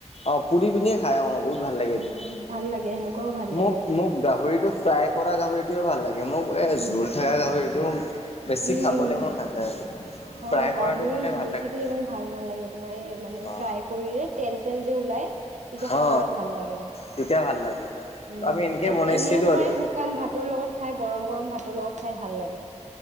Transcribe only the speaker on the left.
অ পুৰি পিনিয়ে খাই অ বহুত ভাল লাগে
এইটো
মোক মোক গাহৰিটো ফ্ৰাই কৰা গাহৰিটোৱে ভাল লাগে, মোক এ
জোল থকা গাহৰিটো বেছি
খাবলৈ
মন নাযায় আৰু।
ফ্ৰাই কৰাটো
খালে
ভাল লাগে
অ
অ
তেতিয়া ভাল লাগে।
আমি এনেকে বনাইছিলো
আৰু